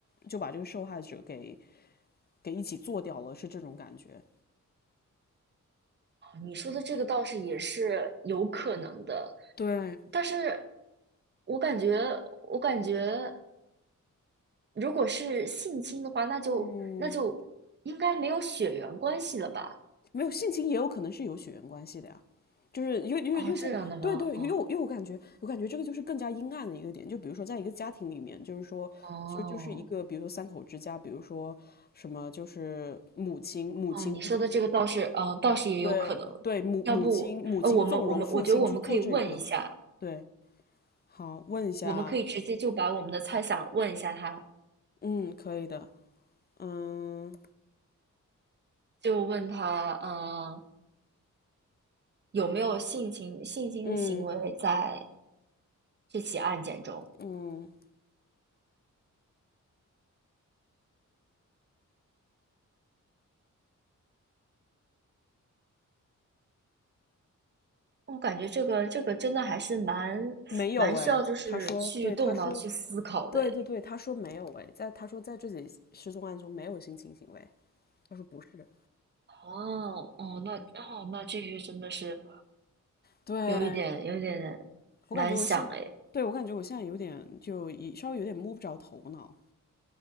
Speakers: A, on the left (about 30°); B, on the right (about 35°).
A: 就把这个受害者给给一起做掉了，是这种感觉。
B: 你说的这个倒是也是有可能的，
A: 对，
B: 但是我感觉，我感觉。如果是性侵的话，那就那就应该没有血缘关系了吧？
A: 嗯，没有性情也有可能是有血缘关系的呀，就是又又又在对对，
B: 哦，这样的吗？哦
A: 又又我感觉我感觉这个就是更加阴暗的一个点，就比如说在一个家庭里面，就是说就就是一个比如说三口之家，
B: 哦
A: 比如说什么就是母亲母亲母亲
B: 哦，你说的这个倒是，呃，倒是也有可能。
A: 对对母母亲母亲纵容父亲去做这个，
B: 要不，呃，我们我们我觉得我们可以问一下，
A: 对，好问一下，
B: 我们可以直接就把我们的猜想问一下他，
A: 嗯，可以的，嗯
B: 就问他，呃，有没有性侵性侵的行为在
A: 嗯
B: 这起案件中？
A: 嗯，
B: 我感觉这个这个真的还是蛮
A: 没有哎，
B: 蛮需要就是去动脑去思考的诶
A: 他说对他说对对对，他说没有哎，在他说在这起失踪案中没有性侵行为，他说不是。
B: 哦哦，那哦那这句真的是
A: 对，
B: 有一点有一点难想哎，
A: 我感觉我现，对，我感觉我现在有点就一稍微有点摸不着头脑，